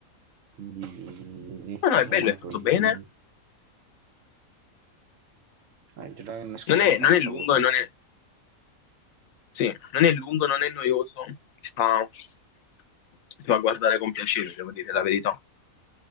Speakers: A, on the right; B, on the left.
A: quindi
B: No, no,
A: casomai
B: è bello, è fatto
A: poi...
B: bene.
A: Eh, già che non è scontata
B: Non è, non
A: questa
B: è lungo,
A: cosa.
B: non è, sì, non è lungo, non è noioso. Si fa, si fa guardare con piacere, devo dire la verità.